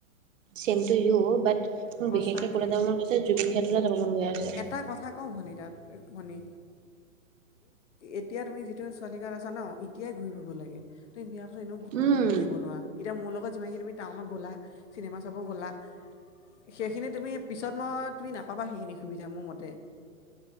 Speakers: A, on the right (about 65°); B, on the left (about 55°).
A: ছেম টু ইউ, বাট মোৰ
B: সঁচাকৈ
A: বিশেষকে কলৈ যাব মন গৈছে, জুবিন ক্ষেত্ৰলৈ যাব মন গৈ আছে।
B: এটা কথা ভনী তাত ঘনী এতিয়া তুমি যিটো ছোৱালী <unintelligible> আছা ন' এতিয়াই ঘূৰি ফুৰিব লাগে, তুমি বিয়া এনেও
A: উম,
B: ঘূ ঘূৰিব নোৱাৰা, এতিয়া মোৰ লগত যিমানখিনি তুমি টাউনত গ'লা, চিনেমা চাব গ'লা সেইখিনি তুমি পিছত মই তুমি নাপাবা সেইখিনি সুবিধা মোৰ মতে।